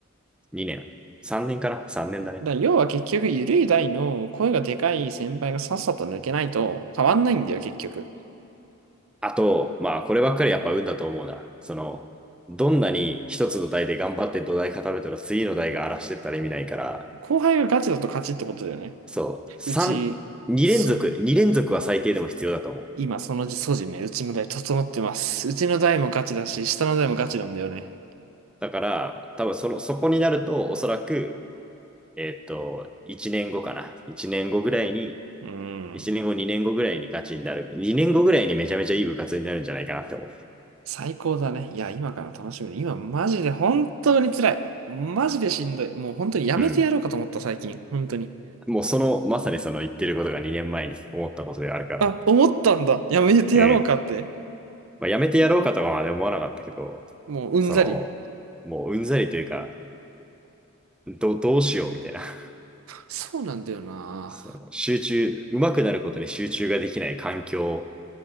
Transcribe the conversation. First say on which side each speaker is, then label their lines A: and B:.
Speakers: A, in the centre; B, on the right.
A: 2年。3年かな ?3 年だね。
B: だ要は結局、ゆるい代の声がでかい先輩がさっさと抜けないと変わんないんだよ、結局。
A: あと、まあ、こればっかりやっぱ運だと思うな。その、どんなに一つの台で頑張って土台固めたら次の台が荒らしてったら意味ないから、
B: 後輩がガチだと勝ちってことだよね。
A: そう、3、
B: うち、
A: 2連続、
B: そう、
A: 2連続は最低でも必要だと思う。
B: 今その素地ね、うちの代整ってます。うちの代もガチだし、下の代もガチなんだよね。
A: だから、多分その、そこになると、おそらく、えっと、1年後かな。1年後ぐらいに、
B: うん。
A: 1年後、2年後ぐらいにガチになる。2年後ぐらいにめちゃめちゃいい部活になるんじゃないかなって思
B: 最高だね。いや、今から楽しみだ。今、マジで本当に辛い。マジでしんどい。もう本当にやめてやろうかと思った、
A: う。うん。
B: 最近。本当に。
A: もうその、まさにその言ってることが2年前に思ったことであるから。
B: あ、思ったんだ。やめてやろうかって。
A: うん。まあ、やめてやろうかとかはね、思わなかったけど、
B: もううんざり。
A: その、もううんざりというか、ど、どうしようみたいな。<laughs>
B: そうなんだよな。
A: その集中、上手くなることに集中ができない環境